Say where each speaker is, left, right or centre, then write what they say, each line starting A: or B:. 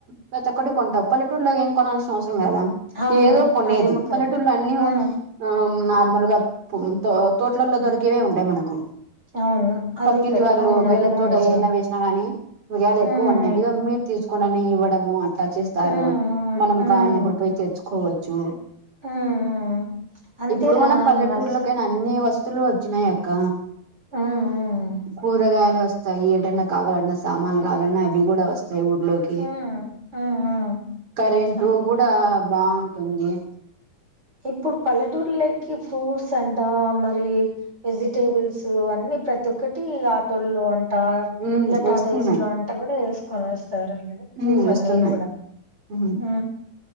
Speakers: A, on the right; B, on the right.
A: ప్రతి ఒక్కటి కొనా పలెటూర్లో ఏం కొనల్సినవసరం ఉండదు కదా
B: అవును
A: ఏదో కొనేది
B: అదేమో కరెక్టే
A: పలెటూర్లో అన్ని
B: ఆ
A: ఆ న <unintelligible> తోటలల్లో దొరికేవే ఉంటాయి మనకు
B: అవును అది
A: పక్కింటి
B: కర
A: వాళ్ళు
B: అవును అదేమో
A: తోటలో
B: నిజమే
A: ఏరినా వేసినా కానీ ఇండియాలో
B: హ్మ్
A: ఎక్కువ ఉన్నా ఇదో మీరు తెచుకోడానే ఇవ్వడము అట్లా చేస్తారు
B: హ్మ్
A: మనం
B: హ్మ్
A: కాన్ని ఇప్పుడు పోయి తెచ్చుకోవచ్చు
B: హ్మ్ హ్మ్. అంతేరా
A: ఇప్పుడు కూడా పల్లెటూరులోకైనా
B: ఇంగ అస్స
A: అన్ని వస్తువులు వ వచ్చినయ అక్క
B: హ్మ్ హ్మ్
A: కూరగాయలు అన్ని వస్తాయి ఏదన్నా కావాలన్నా సామానులు కావాలన్నా అవి కూడా వస్తాయి వస్తాయి ఊర్లోకి
B: హ్మ్ హ్మ్ హ్మ్.
A: కరెంట్
B: ఓకే
A: కూడా బాగుంటుంది ఉంది
B: ఇప్పుడు పల్లెటూరుల్లకి ఫ్రూట్స్ అంటాం మరి వెజిటేబుల్స్ అన్ని ప్రతి ఒక్కటి ఆటోల్లో అంట
A: ఉమ్
B: ఇలా
A: వస్తున్నాయి
B: టాటాఏసి లో వంట కూడా సరే లే
A: ఉమ్
B: చూసాను
A: వస్తున్నాయి
B: నేను కూడా
A: ఉమ్
B: హు